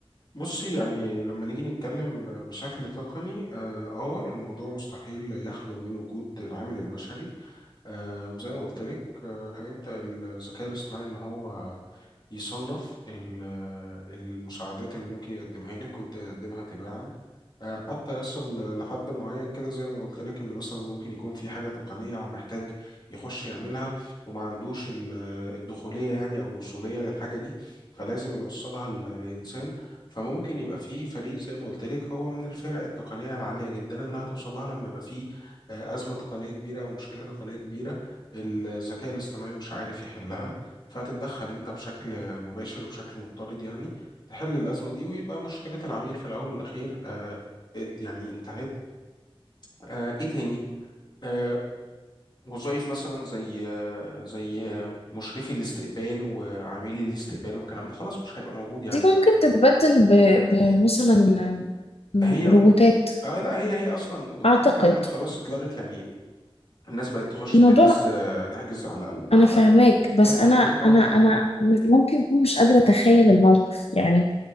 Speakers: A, on the left; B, on the left.
A: بصي يعني لما نيجي نتكلم ب- بشكل تقني اه آه، الموضوع مستحيل يخلو من وجود العامل البشري آه زي ما قلت لك آه هيبدأ الذكاء الاصطناعي ان هو يصنف ال- المساعدات اللي ممكن يقدمها لك ويبدأ يقدمها تباعا آه، حتى يصل لحد معين كده زي ما قلت لك ان مثلا ممكن يكون في حاجه تقنيه هو محتاج يخش يعملها وما عندوش ال- الدخوليه يعني او الوصوليه للحاجه دي فلازم يوصلها ل- لانسان فممكن يبقى في فريق زي ما قلت لك هو من الفرق التقنيه العاليه جدا اللي هتوصل لها لما يبقى في آه، ازمه تقنيه كبيره او مشكله تقنيه كبيره الذكاء الاصطناعي مش عارف يحلها فهتتدخل انت بشكل مباشر وبشكل مضطرد يعني تحل الأزمة دي ويبقى مشكلة العميل في الأول والأخير آه، ات- يعني انتهت آه ايه تاني آه وظائف مثلا زي آه زي آه مشرفي الاستقبال وعاملي الاستقبال والكلام ده خلاص مش هيبقى موجود يعني
B: دي ممكن تتبدل ب- بمثلا آه،
A: هي
B: روبوتات
A: آه لا هي هي اصلا قدام
B: اعتقد
A: كمان خلاص اتلغت يعني الناس بقت تخش
B: الموضوع
A: تحجز آه تحجز على ال
B: انا
A: على
B: فاهماك
A: النت
B: بس انا
A: وكده
B: انا
A: اه
B: انا ممكن اكون مش قادره اتخيل الموقف يعني